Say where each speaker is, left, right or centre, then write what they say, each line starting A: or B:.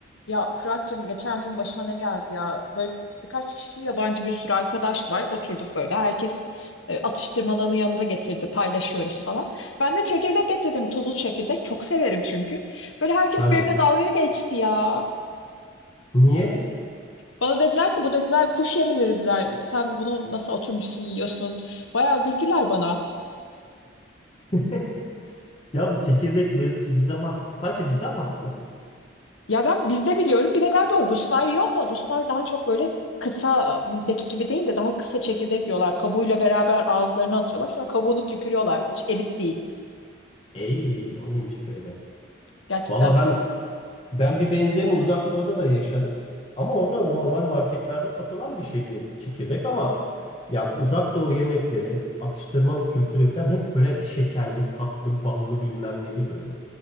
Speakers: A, on the left; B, on the left.
A: Ya Fırat'cığım geçen gün başıma ne geldi ya? Böyle birkaç kişi yabancı bir sürü arkadaş var. Oturduk böyle. Herkes e, atıştırmalarını yanında getirdi. Paylaşıyoruz falan. Ben de çekirdek getirdim. Tuzlu çekirdek. Çok severim çünkü. Böyle herkes
B: Ben
A: benimle
B: de.
A: dalga geçti ya.
B: Niye?
A: Bana dediler ki bu dediler kuş yemi dediler. Sen bunu nasıl oturmuşsun yiyorsun? Bayağı güldüler bana.
B: <laughs> Ya bu çekirdek mevzusu bize has. Sadece bize has mı?
A: Ya ben bizde biliyorum. Bir de galiba Ruslar yiyor ama Ruslar daha çok böyle kısa bizdeki gibi değil de daha kısa çekirdek yiyorlar. Kabuğuyla beraber ağızlarına atıyorlar. Sonra kabuğunu tükürüyorlar. Hiç elit değil.
B: Ey, o neymiş böyle?
A: Gerçekten.
B: Valla ben ben bir benzerini Uzak Doğu'da da yaşadım. Ama orada normal marketlerde satılan bir şeydi çekirdek ama ya Uzak Doğu yemekleri, atıştırmalık kültürü falan hep böyle şekerli, tatlı, ballı bilmem neli böyle.